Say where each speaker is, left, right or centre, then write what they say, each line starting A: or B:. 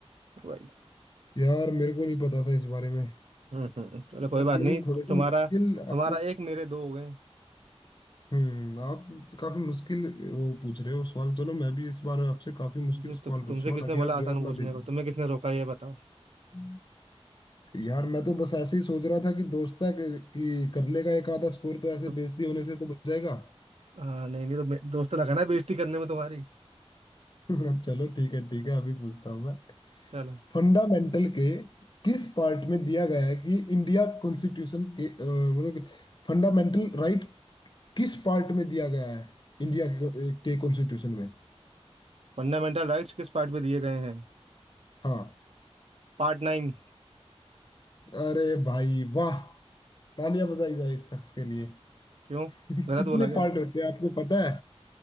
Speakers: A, on the right (about 70°); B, on the left (about 45°).
A: वही
B: यार मेरे को नहीं पता था इस बारे में
A: हम्म हम्म, चलो
B: आप
A: कोई बात
B: मतलब
A: नहीं
B: थोड़े से
A: तुम्हारा
B: मुश्किल
A: तुम्हारा
B: आप
A: एक मेरे दो हो गए
B: हम्म आप काफी मुश्किल वो पूछ रहे हो सवाल चलो मैं भी इस बार आपसे
A: तो तुमसे
B: काफी मुश्किल
A: तो,
B: सवाल
A: तो तुमसे
B: पूछूंगा
A: किसने
B: ताकि
A: बोला
B: आप
A: आसान
B: जवाब
A: पूछने
B: ना दे
A: को तुम्हें किसने रोका ये बताओ
B: पाओ। यार मैं तो बस ऐसे ही सोच रहा था कि दोस्त है कि कि कर लेगा एक आधा स्कोर तो ऐसे
A: तो
B: बेइज्जती होने से तो बच जाएगा
A: हाँ नहीं नहीं तो मे- दोस्त लगा ना बेइज्जती करने में तुम्हारी
B: <laughs> चलो ठीक है ठीक है अभी पूछता हूँ मैं
A: चलो
B: फंडामेंटल के किस पार्ट में दिया गया है कि इंडिया कॉन्स्टिट्यूशन के अ, मतलब फंडामेंटल राइट किस पार्ट में दिया गया है इंडिया के के कॉन्स्टिट्यूशन में
A: फंडामेंटल राइट्स किस पार्ट पे दिए गए हैं
B: हाँ
A: पार्ट नाइन
B: अरे भाई वाह तालियां बजाई जाए इस शख्स के लिए
A: क्यों
B: <laughs>
A: गलत
B: कितने
A: बोला क्या
B: पार्ट होते हैं आपको पता है